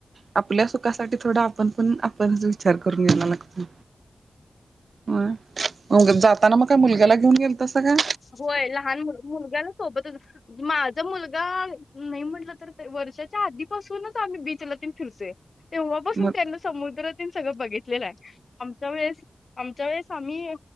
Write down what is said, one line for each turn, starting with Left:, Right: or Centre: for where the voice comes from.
Right: आपल्या सुखासाठी थोडा आपण पण आपण विचार करून घ्यायला लागतोय. होय, मग जाताना मग काय मुलग्याला घेऊन गेलतासा काय?
Left: होय लहान मु-मुलग्याला सोबतच माझा मुलगा नाही म्हटलं तर ते वर्षा च्या आधीपासूनच आम्ही बीचला तेन फिरतोय. तेव्हा पासून
Right: मग
Left: त्यांना समुद्रतेन सगळं बघितलेलं आहे. आम च्या वेळेस आमच्या वेळेस आम्ही